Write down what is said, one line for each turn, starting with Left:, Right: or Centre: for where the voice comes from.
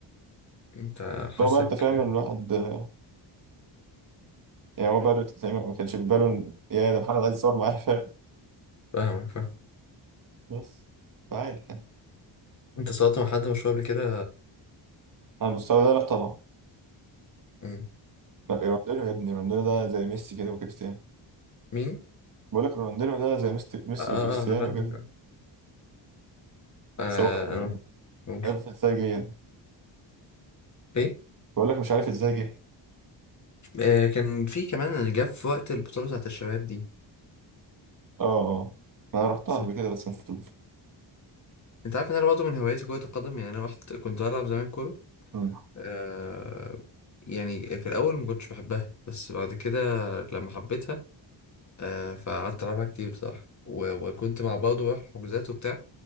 Left: انت حاسك
Right: فهو بقى انت فاهم الواحد آه، يعني هو بقى بت- زي ما ما كانش في باله إن- يا ده محمد عايز يصور معايا فاهم
Left: فاهمك فاهم
Right: بس فعادي يعني
Left: انت صورت مع حد مشهور قبل كده
Right: على المستوى ده لا طبعا
Left: مم.
Right: لا رونالدينيو يا ابني رونالدينيو ده زي ميسي كده وكريستيانو
Left: مين؟
Right: بقول لك رونالدينيو ده زي ميسي ميسي
Left: اه اه
Right: وكريستيانو
Left: آه، انا فاهمك
Right: كده
Left: آه
Right: سواء مش
Left: انا ممكن
Right: عارف ازاي جه يعني
Left: ايه؟
Right: بقول لك مش عارف ازاي جه
Left: آه كان في كمان اللي جه في وقت البطولة بتاعت الشباب دي
Right: اه اه آه. انا رحتها
Left: صح
Right: قبل كده بس مش فضول
Left: انت عارف ان انا برضه من هواياتي كرة القدم يعني انا رحت كنت بلعب زمان كورة
Right: امم
Left: آه يعني في الاول ما كنتش بحبها بس بعد كده لما حبيتها آه فقعدت ألعبها كتير بصراحة و... وكنت مع برضه بروح حجوزات وبتاع